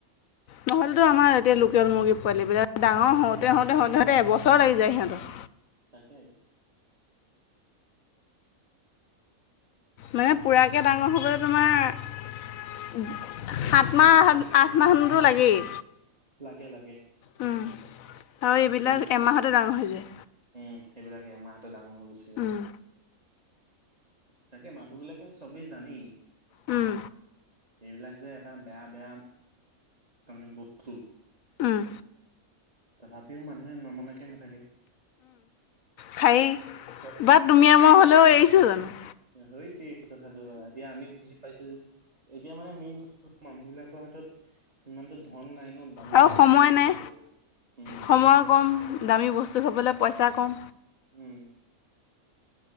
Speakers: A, on the left (about 75°); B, on the right (about 25°).
A: নহ'লেতো আমাৰ এতিয়া লোকেল মুৰ্গী পোৱালিব বিলাক ডাঙৰ হওঁতে,
B: উম
A: হওঁতে, হওঁতে সহঁতে এবছৰ লাগি যায় সিহঁতৰ।
B: তাকে।
A: মানে পোৰাকৈ ডাঙৰ হ'বলৈ তোমাৰ সাত মাহ, আঠ মাহতো লাগেই।
B: লাগে, লাগে।
A: আৰু এইবিলাক
B: কিন্তু সিহ
A: এমাহতে ডাঙৰ হৈ যায়।
B: উম, সেইবিলাকে এমাহতে ডাঙৰ হৈ গৈছে যে।
A: উম,
B: তাকে মানুহ বিলাকে চবেই জানেই
A: উম।
B: এইবিলাক যে এটা বেয়া, বেয়া তাৰমানে বস্তু
A: উম।
B: তথাপিও মানুহে নমনাকে নাথাকে।
A: খায়েই
B: চব
A: বাাৰ তুমি মই হ'লেও এৰিছোঁ জানো।
B: সেইটো কথাটো এতিয়া আমি বুজি পাইছো যে। এতিয়া মানে মেইন কথা মানুহ বিলাকৰ হাতত সিমানতো ধন নাই। দামী,
A: আৰু
B: দামী
A: সময়
B: বস্তু
A: নাই।
B: খাবলৈ উম,
A: সময় কম, দামী বস্তু খাবলৈ
B: উম।
A: পইচা কম,
B: উম।